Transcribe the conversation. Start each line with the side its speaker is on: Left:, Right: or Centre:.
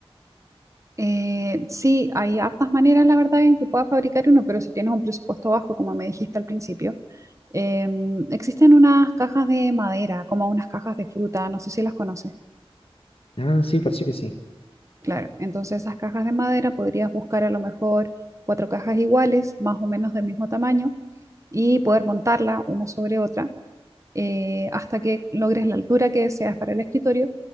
Right: Eh, sí, hay hartas maneras, la verdad, en que puedas fabricar uno, pero si tienes un presupuesto bajo, como me dijiste al principio. Em, existen unas cajas de madera, como unas cajas de fruta, no sé si las conoces.
Left: Ah, sí, parece que sí.
Right: Claro, entonces esas cajas de madera podrías buscar a lo mejor cuatro cajas iguales, más o menos del mismo tamaño, y poder montarla una sobre otra eh, hasta que logres la altura que deseas para el escritorio.